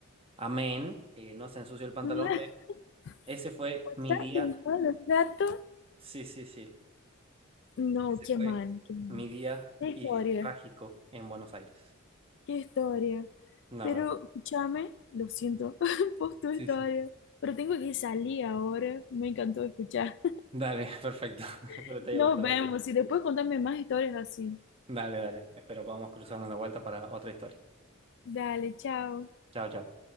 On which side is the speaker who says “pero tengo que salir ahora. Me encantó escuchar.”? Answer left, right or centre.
Left